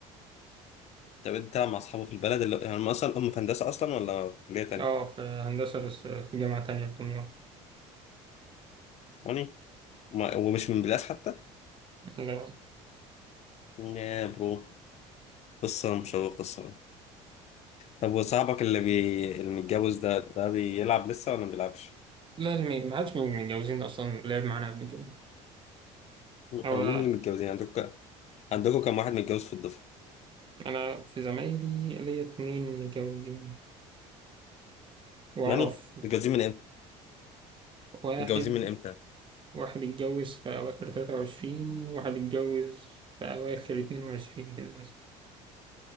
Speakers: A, on the left (about 45°); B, on the right (about 35°).
A: طب انت بتلعب مع اصحابه في البلد اللي هم اصلا هم في هندسه اصلا ولا في كليه تانية؟
B: اه في هندسة بس في جامعة تانية في دمياط
A: هوني وما- ومش من بلاس حتى؟
B: لا
A: يا برو قصه مشوقه الصراحه طب وصاحبك اللي بي... اللي متجوز ده ده بيلعب لسه ولا ما بيلعبش؟
B: لا اللي ما حدش من المتجوزين أصلا لعب معانا قبل كده هو
A: او مين اللي متجوزين عندكم عندكم كم واحد متجوز في الدفعه؟
B: أنا في زمايلي ليا اتنين متجوزين وأعرف
A: ناني متجوزين من امتى؟
B: واحد
A: متجوزين من امتى؟
B: واحد اتجوز في أواخر تلاتة وعشرين واحد اتجوز في أواخر اتنين وعشرين كده مثلا